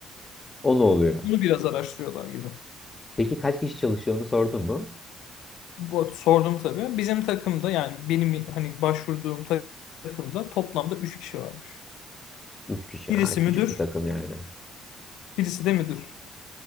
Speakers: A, on the left; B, on the left.
A: o ne oluyor?
B: onu biraz araştırıyorlar gibi.
A: Peki kaç kişi çalışıyor onu sordun mu?
B: Bu, sordum tabii. Bizim takımda yani benim hani başvurduğum ta- takımda toplamda 3 kişi varmış.
A: Üç kişi.
B: Birisi
A: Ha, küçük
B: müdür,
A: bir takım yani.
B: birisi de müdür.